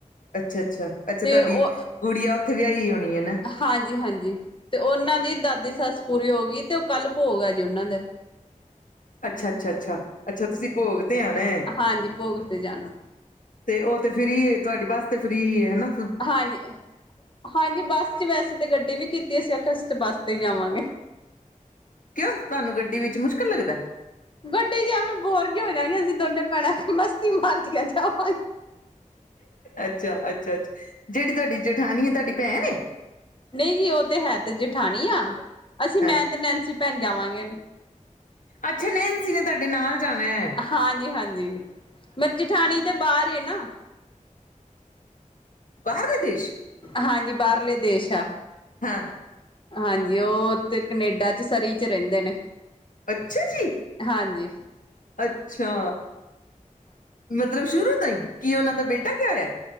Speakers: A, on the left; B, on the left.
A: ਅੱਛਾ- ਅੱਛਾ- ਅੱਛਾ
B: ਤੇ
A: ਤਵਾਡੀ
B: ਉਹ
A: ਗੁਡੀਆ ਉਥੇ ਵਯਾਈ ਹੋਣੀ ਏਨਾ।
B: ਹਾਂਜੀ- ਹਾਂਜੀ। ਤੇ ਔਨਾਂ ਦੀ ਦਾਦੀ ਸੱਸ ਪੂਰੀ ਹੋ ਗੀ ਤੇ ਉਹ ਕੱਲ ਭੋਗ ਐ ਜੀ ਉਨਾਂ ਦੇ।
A: ਅੱਛਾ- ਅੱਛਾ- ਅੱਛਾ -ਅੱਛਾ। ਤੁਸੀ ਭੋਗ ਤੇ ਆਣੈ।
B: ਹਾਂਜੀ ਭੋਗ ਤੇ ਜਾਣਾ
A: ਤੇ ਉਹ ਤੇ ਫ੍ਰੀ ਏ, ਤੁਹਾਡੀ ਬਸ ਤੇ ਫ੍ਰੀ ਏ ਨਾ।
B: ਹਾਂਜੀ। ਹਾਂਜੀ। ਬੱਸ ਚ ਵੈਸੇ ਤੇ ਗੱਡੀ ਵੀ ਕੀਤੀ। ਅਸੀ ਆਖਆ ਅਸੀ ਤੇ ਬਸ ਤੇ ਜਾਵਾਂਗੇ।
A: ਕਿਉਂ ਤਵਾਨੂੰ ਗੱਡੀ ਵਿੱਚ ਮੁਸ਼ਕਲ ਲੱਗਦੈ?
B: ਗੱਡੀ ਚ ਐਵੇਂ ਬੋਰ ਜੇ ਹੋ ਜਾ ਗੇ ਅਸੀ ਦੋਨੇ ਭੈਣਾਂ ਮਸਤੀ ਮਾਰਦੀਆਂ ਜਾਵਾਂਗੇ।
A: ਅੱਛਾ- ਅੱਛਾ- ਅੱਛਾ -ਅਛ। ਜੇੜੀ ਤੁਵਾਡੀ ਜੇਠਾਨੀ ਏ ਤੁਵਾਡੀ ਭੈਣ ਏ?
B: ਨਈ ਜੀ ਉਹ ਤੇ ਹੈ ਤੇ ਜਠਾਣੀ ਆ ਅਸੀ
A: ਹਾਂ
B: ਮੈਂ ਤੇ ਨੈਨਸੀ ਭੈਣ ਜਾਵਾਂਗੇ।
A: ਅੱਛਾ। ਨੈਣਸੀ ਨੇ ਤਾਡੇ ਨਾਲ। ਜਾਣੈ।
B: ਹਾਂਜੀ- ਹਾਂਜੀ। ਮੇਰੀ ਜਠਾਣੀ ਤੇ ਬਾਰ ਏ ਨਾ।
A: ਬਾਹਰਲੇ ਦੇਸ਼
B: ਹਾਂਜੀ। ਬਾਰਲੇ ਦੇਸ਼ ਆ।
A: ਹਾਂ।
B: ਹਾਂਜੀ। ਉਹ ਤੇ ਕਨੇਡਾ ਚ ਸਰੀ ਚ ਰੈਂਦੇ ਨੇ।
A: ਅੱਛਾ ਜੀ!
B: ਹਾਂਜੀ-ਹਾਂਜੀ।
A: ਅੱਛਾ। ਮਤਲ ਲਬ ਸ਼ੁਰੂ ਤੋਂ ਈ ਕੀ ਉਨਾਂ ਦਾ ਬੇਟਾ ਗਆ ਹੋਇਐ?